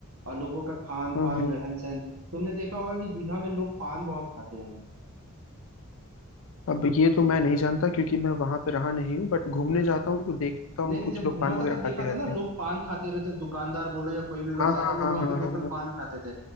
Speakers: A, on the right (about 75°); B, on the left (about 65°).
A: और लोगों का खान
B: हाँ
A: पान
B: हाँ
A: रहन सहन तुमने देखा होगा कि दीघा में लोग पान बहुत खाते हैं
B: अब ये तो मैं नहीं जानता क्योंकि मैं वहां पे रहा नहीं हूँ बट घूमने जाता हूँ तो देखता हूँ
A: नहीं नहीं
B: कुछ
A: जब
B: लोग
A: घूमा
B: पान वगैरह
A: था तब देखा
B: खाते रहते
A: था ना
B: हैं
A: लोग पान खाते रहते दुकानदार बोलो या कोई भी लोग
B: हाँ
A: ज्यादा
B: हाँ हाँ
A: लोग वहां
B: हाँ
A: पे लोकल
B: हाँ हाँ
A: पान खाते थे